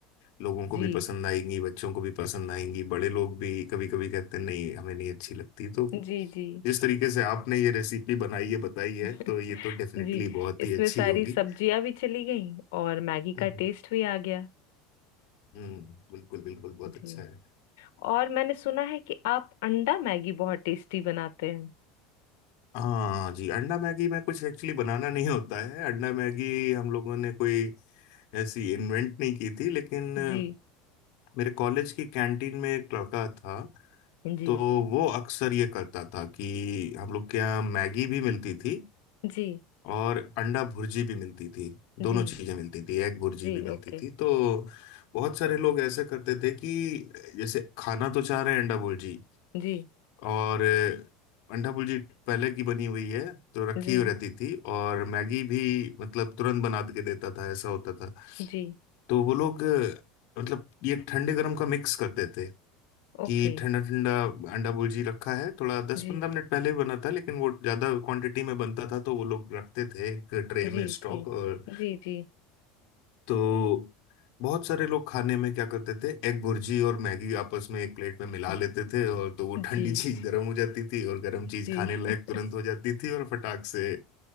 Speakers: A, on the left; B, on the left.
A: लोगों को
B: जी
A: भी पसंद आएंगी बच्चों को भी पसंद आएंगी बड़े लोग भी कभी कभी कहते हैं नहीं हमें नहीं अच्छी लगती तो
B: जी जी
A: जिस तरीके से आपने ये रेसिपी बनाई है बताई है
B: <laughs>
A: तो ये तो डेफिनेटली
B: जी
A: बहुत
B: इसमें
A: ही अच्छी
B: सारी
A: होगी
B: सब्जियां भी चली गई और मैगी
A: हम्म।
B: का टेस्ट भी आ गया
A: हम्म बिल्कुल बिल्कुल बहुत
B: जी
A: अच्छा है
B: और मैंने सुना है कि आप अंडा मैगी बहुत टेस्टी बनाते हैं
A: हाँ जी अंडा मैगी में कुछ एक्चुअली बनाना नहीं होता है अंडा मैगी हम लोगों ने कोई ऐसी इन्वेंट नहीं की थी लेकिन अ,
B: जी
A: मेरे कॉलेज की कैंटीन में एक लड़का था
B: जी
A: तो वो अक्सर ये करता था कि हम लोग के यहाँ मैगी भी मिलती थी
B: जी
A: और अंडा भुर्जी भी मिलती थी दोनों
B: जी
A: चीजें मिलती थी एग भुर्जी
B: जी
A: भी मिलती
B: ओके
A: थी तो बहुत सारे लोग ऐसे करते थे कि जैसे खाना तो चाह रहे हैं अंडा भुर्जी
B: जी
A: और अ, अंडा भुर्जी पहले की बनी हुई है तो रखी
B: जी
A: हुई रहती थी और मैगी भी मतलब तुरंत बना के देता था ऐसा होता था
B: जी
A: तो वो लोग अ, मतलब ये ठंडे गर्म का मिक्स करते थे कि
B: ओके
A: ठंडा ठंडा अंडा भुर्जी रखा है थोड़ा दस
B: जी
A: पंद्रह मिनट पहले ही बना था लेकिन वो ज्यादा क्वांटिटी में बनता था तो वो लोग रखते थे एक ट्रे
B: जी
A: में स्टॉक
B: जी
A: और
B: जी जी
A: तो बहुत सारे लोग खाने में क्या करते थे एग भुर्जी और मैगी आपस में एक प्लेट में मिला
B: <laughs>
A: लेते थे और तो वो
B: जी
A: ठंडी <laughs> चीज गर्म हो जाती थी और गर्म चीज
B: जी
A: खाने लायक
B: <laughs>
A: तुरंत हो जाती थी और फटाक से